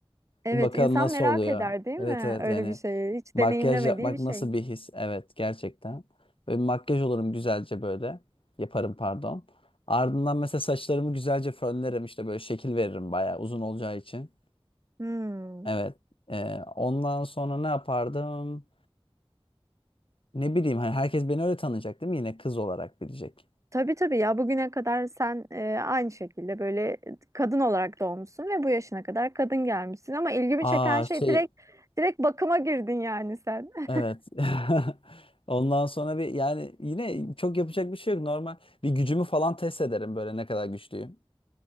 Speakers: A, on the right (about 30°); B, on the left (about 65°).
A: Evet,
B: Bir bakalım
A: insan
B: nasıl
A: merak
B: oluyor.
A: eder değil
B: Evet
A: mi?
B: evet
A: Öyle
B: yani
A: bir şeyi. Hiç
B: makyaj
A: deneyimlemediği
B: yapmak
A: bir şey.
B: nasıl bir his? Evet gerçekten. Böyle bir makyaj olurum güzelce böyle. Yaparım pardon. Ardından mesela saçlarımı güzelce fönlerim işte böyle şekil veririm bayağı uzun olacağı için.
A: Hmm.
B: Evet. Ee, ondan sonra ne yapardım? Ne bileyim hani herkes beni öyle tanıyacak değil mi? Yine kız olarak bilecek.
A: Tabii tabii ya bugüne kadar sen e, aynı şekilde böyle kadın olarak doğmuşsun ve bu yaşına kadar kadın gelmişsin ama ilgimi
B: Aa
A: çeken şey
B: şey
A: direkt direkt bakıma girdin yani sen. <laughs>
B: evet. <laughs> Ondan sonra bir yani yine çok yapacak bir şey yok. Normal bir gücümü falan test ederim böyle ne kadar güçlüyüm.